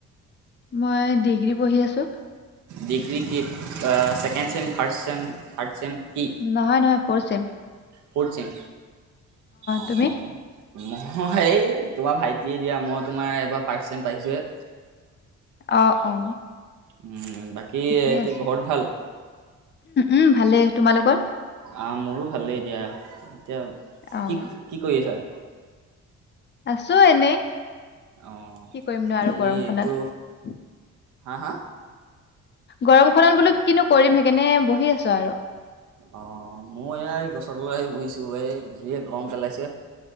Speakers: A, on the left; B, on the right.
A: মই ডিগ্ৰী পঢ়ি আছো।
B: ডিগ্ৰী কি? Second sem, first sem, third sem? কি?
A: নহয় নহয়, ফৰ ছেম।
B: ফৰ্থ ছেম, অ',
A: তুমি?
B: অ'। মই এই তোমাৰ ভাইটিয়ে দিয়া, মই তোমাৰ এইবাৰ ফাৰ্ষ্ট ছেম পাইছোহে।
A: অ অ।
B: উম। বাকী
A: ঠিকেই
B: এতিয়া
A: আছে,
B: ঘৰত ভাল?
A: উম ভালেই, তোমালোকৰ?
B: আহ, মোৰো ভালেই দিয়া, এতিয়া
A: অ'।
B: কি-কি কৰি আছা?
A: আছো এনেই,
B: অ
A: কি কৰিম নো আৰু
B: এই
A: গৰমখনত।
B: এইটো হা হা?
A: গৰমখনত বোলো কিনো কৰিম সেইকাৰনে বহি আছো আৰু।
B: অ মই এই এই গছৰ বৰ আহি বহিছো এই গৰম পেলাইছে